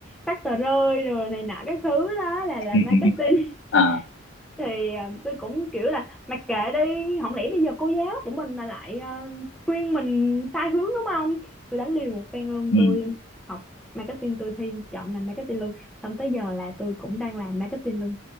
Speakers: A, in the centre; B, on the left (about 70°).
A: phát tờ rơi rồi này nọ các thứ đó là làm
B: ừ,
A: marketing
B: ừ, ừ. à
A: thì à, tôi cũng kiểu là mặc kệ đi không lẽ bây giờ cô giáo của mình mà lại à, khuyên mình sai hướng đúng không tôi đánh liều một phen luôn
B: ừ.
A: tôi học marketing tôi thi chọn ngành marketing luôn xong tới giờ là tôi cũng đang làm marketing luôn